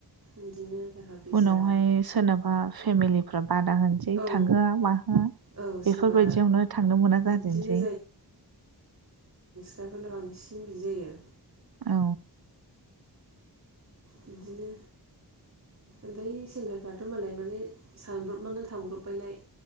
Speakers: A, on the right; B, on the right.
A: बिदिनो थाखा फैसा
B: उनावहाय सोरनाबा फेमिलिफ्राब बादा होनसै
A: औ
B: थांहोआ माहोआ
A: औ सोरबा
B: बेफोरबायदियावनो थांनो मोना
A: बिदिनो
B: जाजेनसै
A: फाइफोरनो बांसिन बिदि जायो
B: औ
A: बिदिनो ओमफ्राय सेंग्राफ्राथ' मालाय माने सानब्रबनानै थांब्रब बायनाय